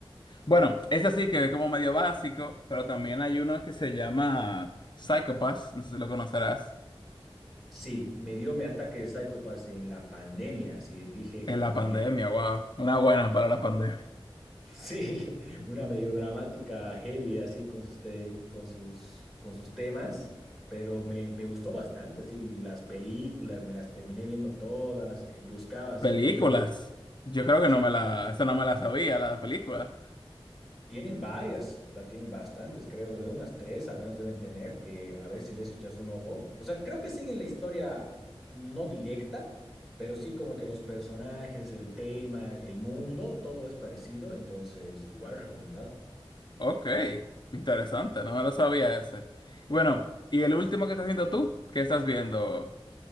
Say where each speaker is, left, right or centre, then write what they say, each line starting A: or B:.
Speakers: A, on the left; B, in the centre.
A: bueno, ese sí que es como medio básico, pero también hay uno que se llama Psychopath, no sé si lo conocerás,
B: Sí, me dio mi ataque de Psycho Pass en la pandemia, así dije
A: en
B: como
A: la pandemia,
B: que ya
A: wow, una buena para la pandemia,
B: Sí, <laughs> una medio dramática, heavy, así con sus, te- con sus, con sus temas, pero me, me gustó bastante, así las películas, me las terminé viendo todas, eh, buscaba así
A: películas,
B: dónde ver.
A: yo creo que
B: Sí,
A: no me la, esa no me la sabía, la película.
B: tienen varias, va- tienen bastantes, creo, de unas tres al menos deben tener, que a ver si les echas un ojo. O sea, creo que siguen la historia no directa, pero sí como que los personajes, el tema, el mundo, todo es parecido, entonces igual recomendado.
A: Ok, interesante, no me lo sabía ese. Bueno, ¿y el último que estás viendo tú? ¿Qué estás viendo